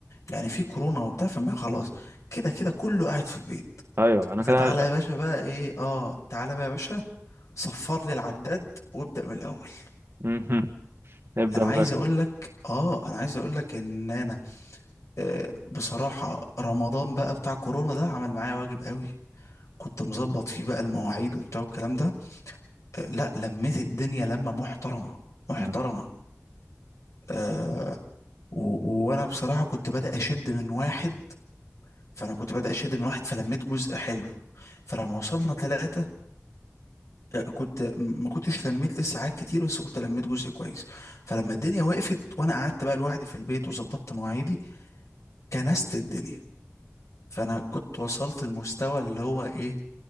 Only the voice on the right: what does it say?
آه. ايوه انا
كده
<laughs> مهم. نبدا
مذاكره
مم.